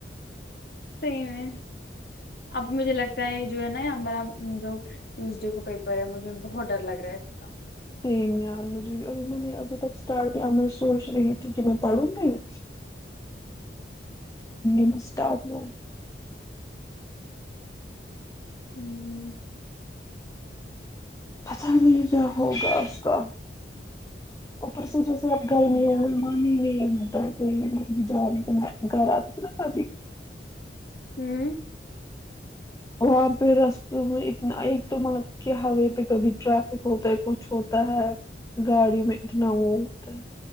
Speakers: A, on the left; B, on the left.
A: صحی میں اب مجھے لگتا ہے جو ہے نا ہمارا جو ٹیوزڈے کو پیپر ہے مجھے بہت ڈر لگ رہا ہے کا
B: سیم یار مجھے ابھی میں نے ابھی تک اسٹارٹ کیا میں سوچ رہی تھی کہ میں پڑھوں گی گی میں اسٹارٹوں
A: ہوں
B: پتاہ نہیں کیا ہوگا اس کا اپر سے جس سب گائے
A: صحیح
B: میں
A: یار
B: مہمانی میں ا کوئی م جا نہیں تو میں گھر آتی س نا گتی
A: ہوں
B: وہاں پہ رستوں میں اتنا ایک تو مطلب کہ ہوے پہ کبھی ٹریافک ہوتا ہے کچھ ہوتا ہے گاڑی میں اتنا وہ ہوتا ہے